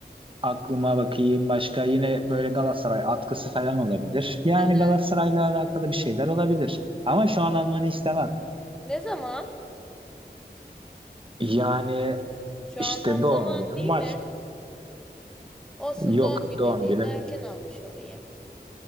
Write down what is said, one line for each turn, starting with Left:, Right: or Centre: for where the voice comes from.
Right: Aklıma bakayım başka yine böyle Galatasaray atkısı falan olabilir. Yani
Centre: Hı hı.
Right: Galatasaray'la alakalı bir şeyler olabilir. Ama şu an almanı istemem.
Centre: Ne zaman?
Right: Yani
Centre: Şu
Right: işte
Centre: an tam
Right: doğum
Centre: zaman
Right: günüm
Centre: değil
Right: var.
Centre: mi? Olsun
Right: Yok
Centre: doğum günü
Right: doğum
Centre: hediyeni
Right: günüm.
Centre: erken almış olayım.